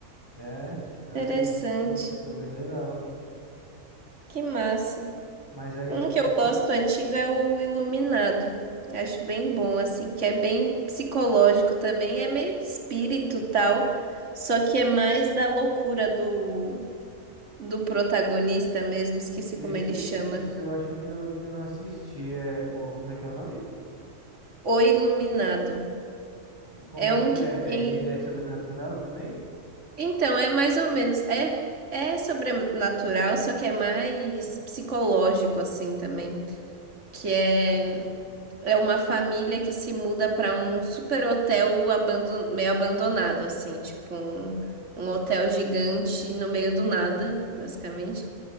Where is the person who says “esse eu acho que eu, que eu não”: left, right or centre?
Right